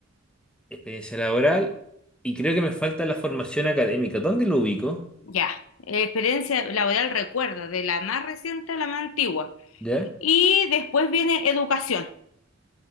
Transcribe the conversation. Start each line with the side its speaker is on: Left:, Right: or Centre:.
Centre: experiencia laboral, y creo que me falta la formación académica, ¿dónde lo ubico?
Left: Ya, experiencia laboral, recuerda, de la más reciente a la más antigua.
Centre: ya
Left: Y después viene educación.